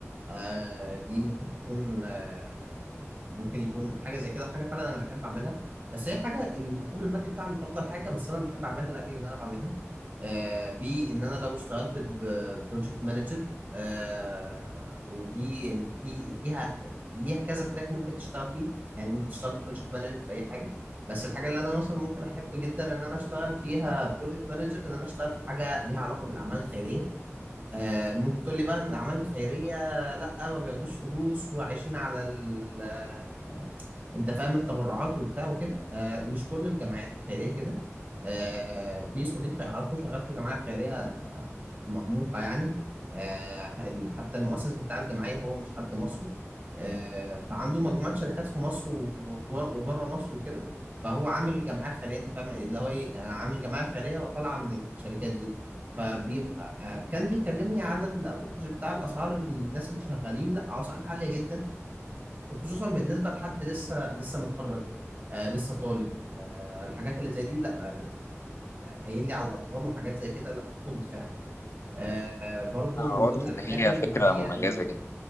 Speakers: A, on the right; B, on the left.
A: آه دي ممكن تكون آه ممكن يكون حاجه زي كده وحاجه فعلا انا بحب اعملها بس هي حاجه المقابل المادي بتاعها مش افضل حاجه بس انا بحب اعملها لاجل ان انا بعملها آه في ان انا لو اشتغلت ببروجكت مانجر آه ودي يعني في فيها ليها كذا تراك ممكن تشتغل فيه يعني ممكن تشتغل بروجكت مانجر في اي حاجه بس الحاجه اللي انا مثلا ممكن احب جدا ان انا اشتغل فيها بروجكت مانجر ان انا اشتغل في حاجه ليها علاقه بالاعمال الخيريه آه ممكن تقول لي بقى ان الاعمال الخيريه لا ما بياخدوش فلوس وعايشين على ال آه، انت فاهم التبرعات وبتاع وكده آه مش كل الجمعيات الخيريه كده آه في صديقي اعرفه شغال في جمعيه خيريه مرموقة يعني آه، ال- حتى المؤسس بتاع الجمعية هو مش حد مصري آه، فعنده مجموعة شركات في مصر وبر- وبره مصر وكده فهو عامل الجمعية الخيرية أنت فاهم اللي هو إيه آه، عامل جمعية خيرية وطالعة من الشركات دي فبيبقى آه، كان بيكلمني على الافريج بتاع الاسعار الناس اللي شغالين لا اسعار عاليه جدا وخصوصا بالنسبه لحد لسه لسه متخرج آه لسه طالب آه الحاجات اللي زي دي لا يعني آه، قايل لي على الارقام وحاجات زي كده لا تخض فعلا آه برضو
B: آه،
A: من
B: واضح
A: ضمن الحاجات
B: ان هي
A: اللي
B: فكره
A: هي
B: مميزه
A: ال-
B: جدا